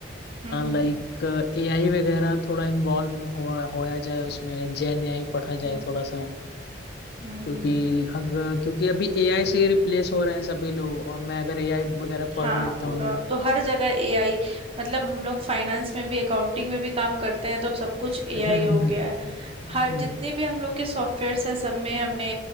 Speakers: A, on the right; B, on the left.
A: हम्म हम्म
B: लाइक एआई वगैरह थोड़ा इन्वॉल्व हुआ होया जाए उसमें जेन एआई पढ़ा जाए
A: हम्म
B: थोड़ा सा क्योंकि
A: हम्म हम्म
B: अगर क्योंकि अभी एआई से ही रिप्लेस हो रहे हैं सभी लोग और मैं अगर एआई वगैरह
A: हाँ
B: पढ़ लेता
A: पूरा
B: हूँ
A: अब तो हर जगह एआई मतलब हम लोग फाइनेंस में भी अकाउंटिंग में भी काम करते हैं तो अब सब कुछ एआई
B: हम्म,
A: हो
B: हम्म,
A: गया है
B: हम्म,
A: हर
B: हम्म,
A: जितने भी हम लोग के सॉफ्टवेयर्स हैं सब में हमने